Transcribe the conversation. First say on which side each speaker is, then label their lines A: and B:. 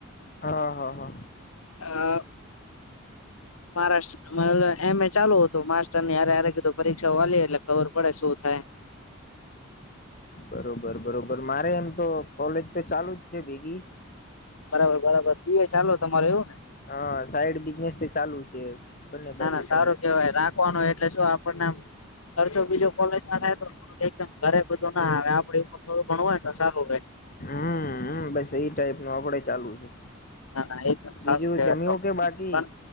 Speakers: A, on the left; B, on the left.
A: હા હા હા.
B: હા. મહારાષ્ટ્ર માલે એમ એ ચાલુ હતું માસ્ટર નીય હારે હારે કીધું પરીક્ષા આલીએ એટલે ખબર પડે શું થાય
A: બરોબર બરોબર મારે એમ તો કોલેજ તો ચાલુ જ છે ભેગી
B: બરાબર બરાબર દીએ ચાલો તમારે એવું
A: હા સાઈડ બિઝનેસ ચાલુ છે બંને બાજુ
B: ના ના
A: કોમ
B: સારું
A: ચાલુ
B: કેવાય એટલે જો આપણને ખર્ચો બીજો કોલેજમાં થાયતો મ ઘરે બધું ના આવે આપડે ઉપર થોડું ભણુ હોય તો સારું રહેે
A: હમ બસ એ ટાઈપ નુ આપડે ચાલુ છે.
B: ના ના એકદમ
A: બીજું
B: સારું કેવા
A: જમ્યું
B: તો
A: કે બાકી
B: પણ